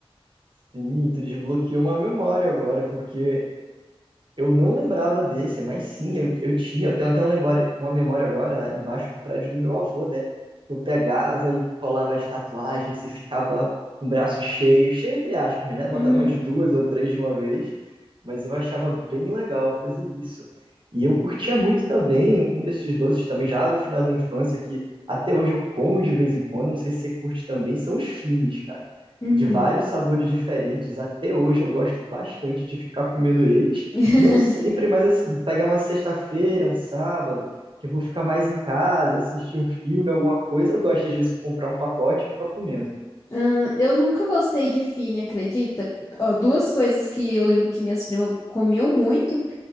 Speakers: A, on the right; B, on the left.
A: <laughs> Sim, tu desbloqueou uma memória agora, porque Eu não lembrava desse, mas sim, eu, eu tinha. Eu tenho até uma memória, uma memória agora embaixo do prédio do meu avô, né? Eu pegava e colava as tatuagens e ficava com o braço cheio, cheio entre aspas, né? Botava
B: Uhum,
A: umas duas ou três de uma vez, mas eu achava bem legal fazer isso. E eu curtia muito também um desses doces também, já do final da infância, que até hoje eu como de vez em quando, não sei se você curte também, são os fins, cara.
B: uhum.
A: De vários sabores diferentes, até hoje eu gosto bastante de ficar comendo eles.
B: <laughs>
A: Não sempre, mas assim, pegar uma sexta-feira, um sábado, que eu vou ficar mais em casa, assistir um filme, alguma coisa, eu gosto às vezes de comprar um pacote e ficar comendo.
B: Ah, eu nunca gostei de fine, acredita? Ó, duas coisas que eu lembro que minhas primas comiam muito